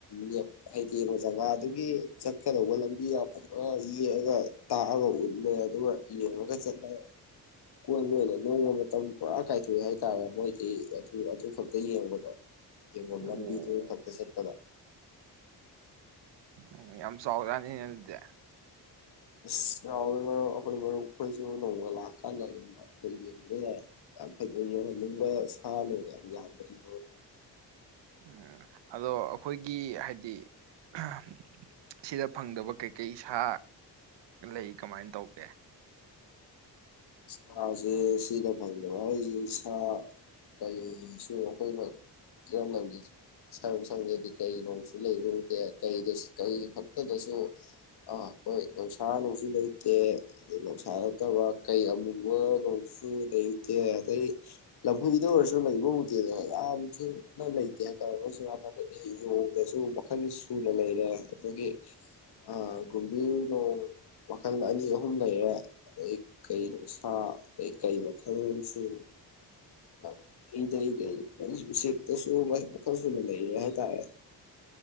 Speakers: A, on the left (about 65°); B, on the right (about 80°).
A: ꯂꯦꯞ ꯍꯥꯏꯗꯤ ꯖꯒꯥꯗꯨꯒꯤ ꯆꯠꯀꯗꯧꯕ ꯂꯝꯕꯤꯒ ꯐꯖꯅ ꯌꯦꯛꯑꯒ ꯇꯥꯛꯑꯒ ꯎꯠꯂꯦ ꯑꯗꯨꯒ ꯌꯦꯡꯉꯒ ꯆꯠꯂꯦ ꯀꯣꯏꯕ ꯑꯣꯏꯅ ꯅꯣꯡꯃ ꯃꯇꯝ ꯄꯨꯔꯥ ꯀꯥꯏꯊꯣꯛꯑꯦ ꯍꯥꯏꯇꯥꯔꯦ ꯃꯣꯏꯗꯤ ꯑꯗꯨ ꯑꯗꯨ ꯈꯛꯇ ꯌꯦꯡꯕꯗ ꯌꯦꯡꯐꯝ
B: ꯑꯣ
A: ꯂꯝꯕꯤꯗꯨ ꯈꯛꯇ ꯆꯠꯄꯗ
B: ꯎꯝ ꯌꯥꯝ ꯆꯥꯎ ꯖꯥꯠꯅꯤꯅꯦ ꯑꯗꯨꯗꯤ
A: ꯏꯁ ꯆꯥꯎꯋꯦ ꯃꯔꯨꯞ ꯑꯩꯈꯣꯏ ꯃꯔꯨꯞ ꯑꯩꯈꯣꯏꯁꯨ ꯅꯣꯡꯃ ꯂꯥꯛꯑꯀꯥꯟꯗ ꯌꯦꯡꯕ ꯌꯦꯡꯅꯤꯡꯕ ꯌꯥꯝ ꯐꯖꯩ ꯌꯦꯡꯍꯟꯅꯤꯡꯕ ꯁꯥ ꯅꯨꯡ ꯌꯥꯝ ꯌꯥꯝꯅ ꯂꯩꯍꯧꯋꯦ <unintelligible>
B: ꯑ ꯑꯗꯣ ꯑꯩꯈꯣꯏꯒꯤ ꯍꯥꯏꯗꯤ ꯑꯍꯝ ꯁꯤꯗ ꯐꯪꯗꯕ ꯀꯩꯀꯩ ꯁꯥ ꯂꯩ ꯀꯃꯥꯏꯅ ꯇꯧꯒꯦ
A: ꯁꯥꯖꯦ ꯁꯤꯗ ꯐꯪꯗꯕ ꯍꯥꯏꯔꯤꯁꯤ ꯁꯥ ꯀꯩ ꯁꯨ ꯑꯩꯈꯣꯏꯅ ꯏꯔꯝꯗꯝꯒꯤ ꯁꯥꯌꯣꯛꯁꯪꯗꯗꯤ ꯀꯩꯩꯅꯨꯡꯁꯤ ꯂꯩꯕ ꯎꯗꯦ ꯀꯩꯗꯣ ꯁ ꯀꯩ ꯈꯛꯇꯗꯁꯨ ꯑ ꯑꯩꯈꯣꯏ ꯅꯨꯡꯁꯥ ꯅꯨꯡꯁꯨ ꯂꯩꯇꯦ ꯅꯣꯡꯁꯥ ꯅꯠꯇꯕ ꯀꯩ ꯑꯃꯨ ꯕ ꯅꯣꯡꯁꯨ ꯂꯩ ꯎꯗꯦ ꯑꯗꯩ ꯂꯝꯐꯒꯤꯗ ꯑꯣꯏꯔꯁꯨ ꯂꯩꯕ ꯎꯗꯦꯗꯅ ꯌꯥꯝ ꯊꯤꯅ ꯂꯩꯇꯦ ꯍꯥꯏꯇꯥꯔꯦ ꯃꯣꯏꯁꯣꯝ ꯅꯥꯀꯟꯗꯗꯤ ꯌꯣꯡꯗꯁꯨ ꯃꯈꯜ ꯁꯨꯅ ꯂꯩꯔꯦ ꯑꯗꯒꯤ ꯑ ꯒꯨꯝꯕꯤꯔ ꯅꯣꯡ ꯃꯈꯜ ꯑꯅꯤ ꯑꯍꯨꯝ ꯂꯩꯔꯦ ꯑꯗꯩ ꯀꯩꯅꯣ ꯍꯥꯥ ꯀꯩ ꯀꯩ ꯃꯈꯜꯁꯨ ꯑ ꯏ ꯗꯩ ꯗꯏ <unintelligible> ꯎ ꯎꯆꯦꯛꯇꯁꯨ ꯃꯥꯒꯤ ꯃꯈꯜ ꯁꯨꯅ ꯂꯩꯔꯤ ꯍꯥꯏꯇꯥꯔꯦ